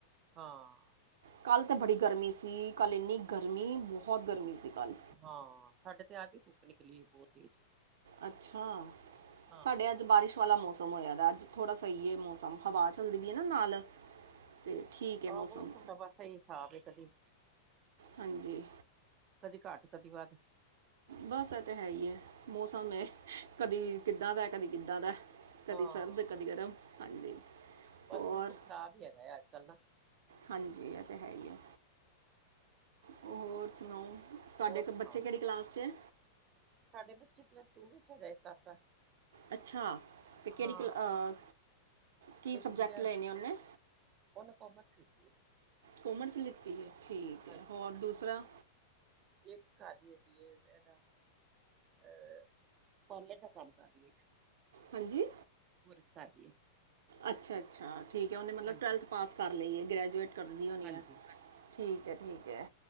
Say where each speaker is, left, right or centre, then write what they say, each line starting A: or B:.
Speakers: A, on the right (about 20°); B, on the right (about 80°).
A: ਹਾਂ
B: ਕੱਲ੍ਹ ਤਾਂ ਬੜੀ ਗਰਮੀ ਸੀ ਕੱਲ੍ਹ ਇੰਨੀ ਗਰਮੀ ਬੋਹਤ ਗਰਮੀ ਸੀ ਕੱਲ੍ਹ।
A: ਹਾਂ ਸਾਡੇ ਤੇ ਅੱਜ ਧੁੱਪ ਨਿਕਲੀ ਬੋਤ ਤੇਜ਼।
B: ਅੱਛਾ,
A: ਹਾਂ
B: ਸਾਡੇ ਅੱਜ ਅੱਜ ਬਾਰਿਸ਼ ਵਾਲਾ ਮੌਸਮ ਹੋਇਆ ਅੱਜ ਥੋੜ੍ਹਾ ਸਹੀ ਐ ਮੌਸਮ ਹਵਾ ਚੱਲਦੀ ਵੀ ਐ ਨਾ ਨਾਲ। ਤੇ ਠੀਕ ਹੈ
A: ਆਹ
B: ਮੌਸਮ
A: ਬਹੁਸਦਾ ਬ ਸਹੀ ਹਿਸਾਬ ਏ ਕਦੀ
B: ਹਾਂਜੀ
A: ਕਦੀ ਘੱਟ ਕਦੀ ਵੱਧ।
B: ਬਸ ਇਹ ਤਾਂ ਹੈ ਹੀ ਏ, ਮੌਸਮ ਐ ਕਦੀ ਕਿੱਦਾਂ ਦਾ, ਕਦੀ ਕਿੱਦਾਂ ਦਾ। ਕਦੀ
A: ਹਾਂ
B: ਸਰਦ, ਕਦੀ ਗਰਮ ਹਾਂਜੀ।
A: ਬਸ
B: ਹੋਰ
A: ਮੌਸਮ ਖਰਾਬ ਈ ਹੈਗਾ ਐ ਅੱਜ-ਕੱਲ੍ਹ ਨਾ।
B: ਹਾਂਜੀ ਇਹ ਤਾਂ ਹੈ ਈ ਐ, ਹੋਰ ਸੁਣਾਓ। ਤੁਹਾਡੇ
A: ਹੋਰ
B: ਕੋ
A: ਸੁਣਾਓ
B: ਬੱਚੇ ਕਿਹੜੀ ਕਲਾਸ ਚ ਐ।
A: ਸਾਡੇ ਬੱਚੇ ਪਲੱਸ ਟੂ ਵਿੱਚ ਹੈਗਾ ਇੱਕ ਕਾਕਾ।
B: ਅੱਛਾ ਤੇ ਕਿਹੜੀ
A: ਹਾਂ
B: ਕਲਾ ਆ
A: ਇੱਕ
B: ਕੀ
A: ਇੱਕ
B: ਸਬਜੈਕਟ
A: ਗੁੜੀਆ
B: ਲਏ ਨੇ ਉਹਨੇ।
A: ਉਹਨੇ ਕਾਮਰਸ ਕੀਤੀ ਹੈ।
B: ਕੋਮਰਸ ਲਿੱਤੀ ਐ, ਠੀਕ
A: ਹਾਂਜੀ
B: ਏ ਔਰ ਦੂਸਰਾ
A: ਇੱਕ ਘਰ ਹੀ ਸੀ ਇਹ ਇਹਦਾ ਅਹ ਪਾਰਲਰ ਦਾ ਕੰਮ ਕਰ ਰਹੀ ਐ ਇੱਕ।
B: ਹਾਂਜੀ।
A: ਪਰਸ ਕਰ ਲਈਏ।
B: ਅੱਛਾ ਅੱਛਾ ਠੀਕ ਐ, ਉਹਨੇ ਮਤਲਬ
A: ਹਾਂਜੀ
B: ਟਵੈਲਥ ਪਾਸ ਕਰ ਲਈ ਐ, ਗ੍ਰੈਜੂਏਟ ਕਰਦੀ ਹੋਣੀ
A: ਹਾਂਜੀ
B: ਐ। ਠੀਕ ਐ, ਠੀਕ ਐ